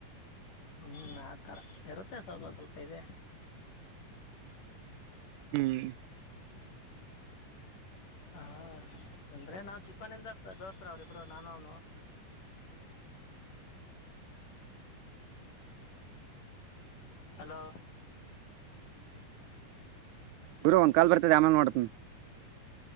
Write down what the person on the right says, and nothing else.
ಹ್ಮ್
ಗುರ ಒಂದ್ ಕಾಲ್ ಬರ್ತದೆ ಆಮೇಲ್ ಮಾಡು